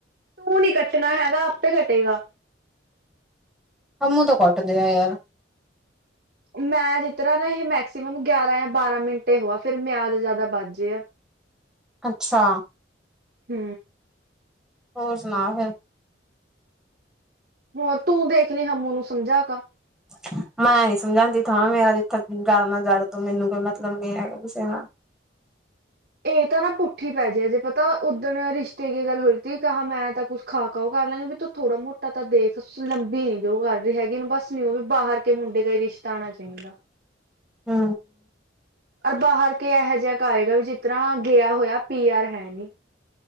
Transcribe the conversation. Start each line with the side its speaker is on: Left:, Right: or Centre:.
Right: ਤੂੰ ਨੀ ਕੱਟਣਾ ਹੈਗਾ ਆਪੇ ਕੱਟੇਗਾ
Centre: ਹਮੂੰ ਤਾਂ ਕੱਟਦੇ ਆ ਯਾਰ
Right: ਮੈਂ ਜਿਸ ਤਰ ਨਾ ਇਹ ਮੈਕਸੀਮਮ ਗਿਆਰਾਂ ਜਾਂ ਬਾਰਾਂ ਮਿੰਟੇ ਹੋ ਆ ਫਿਰ ਮਿਆਦ ਜਿਆਦਾ ਬੱਚ ਜਾੇ ਆ
Centre: ਅੱਛਾ
Right: ਹਉ
Centre: ਹੋਰ ਸੁਣਾ ਫਿਰ
Right: ਹੋਰ ਤੂੰ ਦੇਖ ਲਈ ਹਮੂ ਨੂੰ ਸਮਝਾ ਕ
Centre: <inaudible> ਮੈਂ ਨੀ ਸਮਝਾਉਂਦੀਥਾਂ ਮੇਰਾ ਜਿੱਥੇ ਗੜਨਾ ਜੜ ਤੂੰ ਮੈਨੂੰ ਕੋਈ ਮਤਲਬ ਨੀ ਹੈਗਾ ਕਿਸੇ ਨਾਲ <inaudible>
Right: ਇਹ ਤਾਂ ਨਾ ਪੁੱਠ ਹੀ ਪੈ ਜੇ ਜੇ ਪਤਾ ਉੱਦਣ ਰਿਸ਼ਤੇ ਕੀ ਗੱਲ ਹੋਈ ਤ ਕਿਹਾ ਮੈਂ ਤਾਂ ਕੁੱਛ ਖਾ ਖਾਓਗਾ ਕਰ ਲਾਂਗੇ ਵੀ ਤੂੰ ਥੋੜਾ ਮੋਟਾ ਤਾਂ ਦੇਖ ਲੰਬੀ ਨੀ ਜੋ ਉਹ ਕਰ ਰਹੀ ਹੈਗੀ ਬਸ ਨੀ ਉਹ ਵੀ ਬਾਹਰ ਕੇ ਮੁੰਡੇ ਕਈ ਰਸ਼ ਪਤਾਉਣਾ ਚਾਹੀਦਾ
Centre: ਹਉ
Right: ਰ ਬਾਹਰ ਕੇ ਇਹੋ ਜਿਹਾ ਕਏਗਾ ਵੀ ਜਿਸ ਤਰ੍ਹਾਂ ਗਿਆ ਹੋਇਆ ਪੀ ਯਰ ਹੈ ਨਹੀਂ